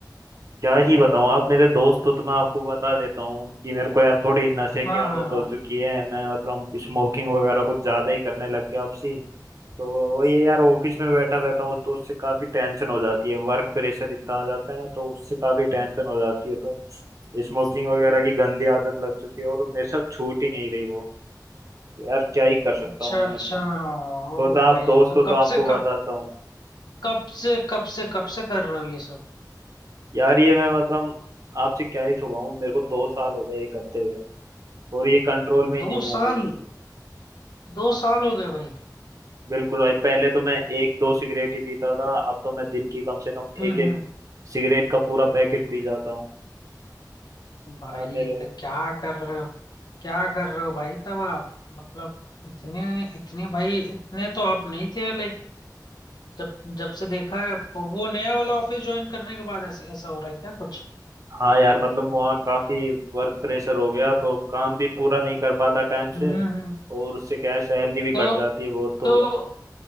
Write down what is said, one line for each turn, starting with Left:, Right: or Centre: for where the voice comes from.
Right: क्या ही बताऊं आप मेरे दोस्त हो तो मैं आपको बता देता हूँ कि मेरे को यार थोड़ी नशे की
Left: हाँ
Right: आदत
Left: हाँ हाँ
Right: हो चुकी है मैं मतलब स्मोकिंग वगैरह कुछ ज्यादा ही करने लग गया आपसी तो वही है यार ऑफिस में बैठा रहता हूँ तो उससे काफी टेंशन हो जाती है वर्क प्रेशर इतना आ जाता है तो उससे काफी टेंशन हो जाती है तो स्मोकिंग वगैरह की गंदी आदत लग चुकी है और मेरे से अब छूट ही नहीं रही वो यार क्या ही कर सकता
Left: अच्छा
Right: हूँ मैं
Left: अच्छा
Right: मतलब
Left: ओ
Right: तो, तो आप
Left: भाई
Right: दोस्त
Left: तो
Right: हो तो
Left: कब
Right: आपको
Left: से कब
Right: बताता हूँ
Left: कब से कब से कब से कर रहे हो ये सब
Right: यार ये मैं मतलब आपसे क्या ही छुपाऊँ मेरे को दो साल हो गए ये करते हुए और ये कंट्रोल में ही
Left: दो
Right: नहीं
Left: साल
Right: आ रही
Left: दो साल हो गए भाई
Right: बिल्कुल भाई पहले तो मैं एक दो सिगरेट ही पीता था अब तो मैं दिन की कम से कम
Left: हम्म
Right: एक एक
Left: हम्म
Right: सिगरेट का पूरा पैकेट पी जाता हूँ
Left: भाई
Right: यार मेरे
Left: तो क्या कर रहे हो क्या कर रहे हो भाई तब आप मतलब इतने इतने भाई इतने तो आप नहीं थे लाइक जब जब से देखा है आपको वो नया वाला ऑफिस ज्वाइन करने के बाद ऐसे ऐसा हो रहा है क्या कुछ
Right: हाँ यार मतलब वहाँ काफी वर्क प्रेशर हो गया तो काम भी पूरा नहीं कर पाता टाइम
Left: हम्म
Right: से
Left: हम्म हम्म।
Right: और उससे क्या है सैलरी भी
Left: तो
Right: कट जाती है बहुत तो
Left: तो